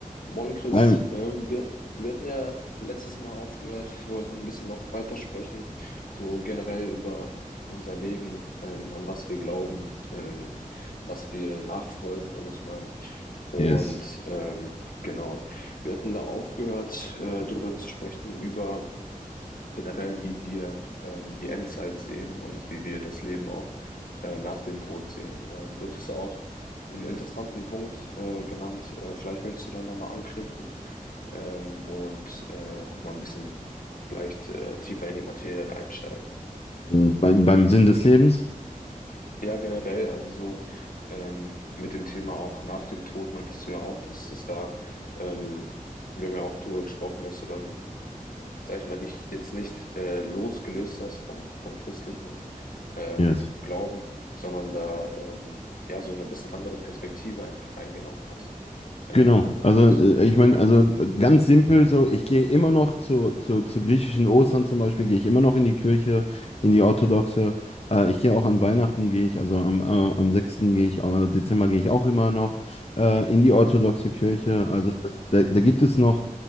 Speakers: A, on the left (about 75°); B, on the left (about 45°).
A: Moin Chris,
B: Ein-
A: ähm, wir, wir hatten ja letztes Mal aufgehört, wir wollten ein bisschen noch weitersprechen, so generell über unser Leben, ähm, an was wir glauben, ähm, was wir nachfolgen, sage ich mal. Und
B: yes.
A: ähm, genau, wir hatten da aufgehört, äh, darüber zu sprechen, über generell, wie wir ähm, die Endzeit sehen und wie wir das Leben auch äh, nach dem Tod sehen. Ähm, dort ist auch einen interessanten Punkt äh, genannt, äh, vielleicht möchtest du da nochmal anknüpfen ähm, und äh, nochmal ein bisschen vielleicht äh, tiefer in die Materie reinsteigen.
B: Bei, beim Sinn des Lebens?
A: Ja, generell, also so ähm, mit dem Thema auch nach dem Tod meintest du ja auch, dass es da, ähm, wir haben ja auch darüber gesprochen, dass du dann, sag ich mal, dich jetzt nicht äh, losgelöst hast vom, vom christlichen ähm,
B: Yes.
A: Glauben, sondern da ähm, ja so eine bisschen andere Perspektive einfach eingenommen hast. Ähm,
B: Genau.
A: und
B: Also äh, ich meine, also äh, ganz simpel so, ich gehe immer noch zu, zu, zu griechischen Ostern zum Beispiel, gehe ich immer noch in die Kirche, in die orthodoxe.
A: mhm.
B: Äh, ich gehe auch an Weihnachten, gehe ich, also am, äh, am sechsten gehe ich, äh, Dezember gehe ich auch immer noch äh, in die orthodoxe
A: Mhm.
B: Kirche. Also das, da, da gibt es noch